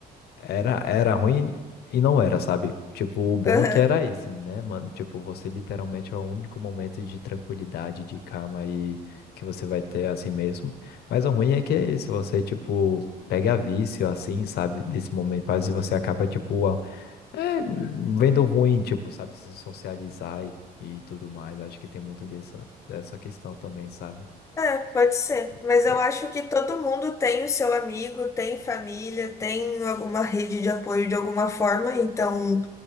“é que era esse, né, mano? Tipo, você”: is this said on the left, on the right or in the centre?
Left